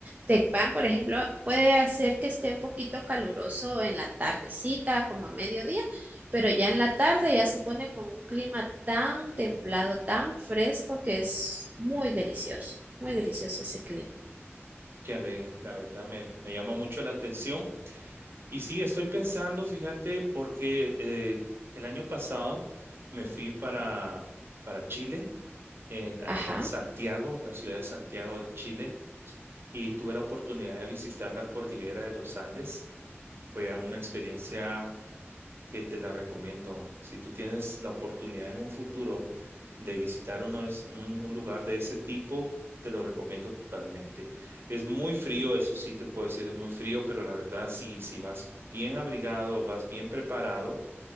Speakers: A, on the right; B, on the right.
A: Tecpan, por ejemplo, puede hacer que esté un poquito caluroso en la tardecita, como a mediodía, pero ya en la tarde ya se pone con un clima tan templado, tan fresco, que es muy delicioso, muy delicioso ese clima.
B: Que a leer, la verdad me, me llama mucho la atención. Y sí, estoy pensando, fíjate, porque eh, el año pasado me fui para, para Chile, en- ahí
A: Ajá,
B: en Santiago, la ciudad de Santiago de Chile. y tuve la oportunidad de visitar la cordillera de los Andes. Fue una experiencia que te la recomiendo. Si tú tienes la oportunidad en un futuro de visitar uno de es- un, un lugar de ese tipo, te lo recomiendo totalmente. Es muy frío, eso sí te puedo decir, es muy frío, pero la verdad, si, si vas bien abrigado, vas bien preparado,